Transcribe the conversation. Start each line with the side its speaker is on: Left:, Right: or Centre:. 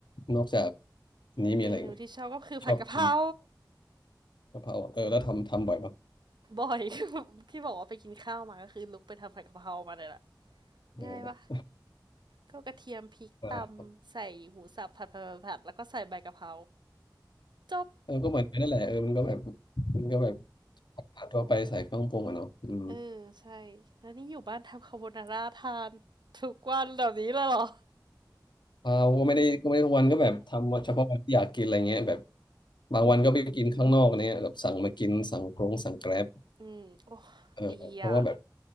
Left: นอกจากนี้มีอะไรอีกไหม
Right: เมนูที่ชอบก็คือผัดกะเพรา
Left: ชอบกินกะเพราอะเออแล้วทำทำบ่อยปะ
Right: <laughs> บ่อย <laughs> ที่บอกว่าไปกินข้าวมาก็คือลุกไปทำผัดกะเพรามาเลยแหละ
Left: เออ
Right: ง่ายปะ ก็กระเทียมพริกตำใส่หมูสับผัดผัดผัดผัดแล้วก็ใส่ใบกะเพรา
Left: เออ
Right: จบ
Left: เออก็เหมือนกันนั่นแหละเออมันก็แบบมันก็แบบผัดทั่วไปใส่เครื่องปรุงอะเนาะอืม
Right: เออใช่แล้วนี่อยู่บ้านทำคาโบนาร่าทานทุกวันแบบนี้เลยเหรอ
Left: เราก็ไม่ได้ก็ไม่ได้ทุกวันก็แบบทำเฉพาะวันที่อยากกินอะไรเงี้ยแบบบางวันก็ไปกินข้างนอกอะไรเงี้ยแบบสั่งมากินสั่งกรงสั่งแกร็บ
Right: อืมโอ้
Left: เออเพราะว่าแบบ
Right: ดีอ่ะ